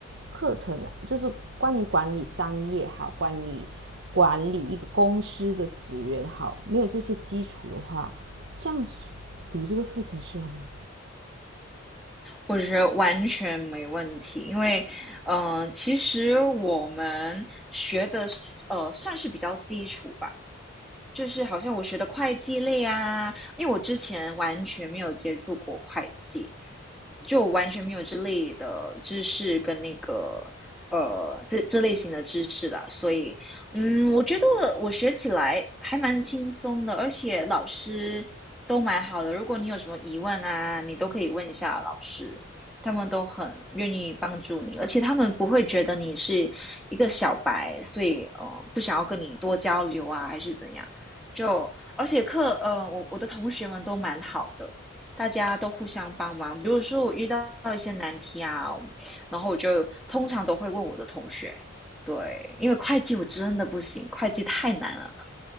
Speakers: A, on the right; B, in the centre.
A: 课程啊，就是关于管理商业好，管理管理一个公司的职员好，没有这些基础的话，这样读这个课程适合吗？
B: 我觉得完全没问题，因为，嗯、呃其实我们学的呃算是比较基础吧，就是好像我学的会计类啊，因为我之前完全没有接触过会计，就完全没有这类的知识跟那个呃这这类型的知识的，所以嗯，我觉得我学起来还蛮轻松的，而且老师都蛮好的。如果你有什么疑问啊，你都可以问一下老师，他们都很愿意帮助你，而且他们不会觉得你是一个小白，所以呃不想要跟你多交流啊，还是怎样。就而且课，呃，我我的同学们都蛮好的，大家都互相帮忙。比如说我遇到一些难题啊，然后我就通常都会问我的同学，对，因为会计我真的不行，会计太难了。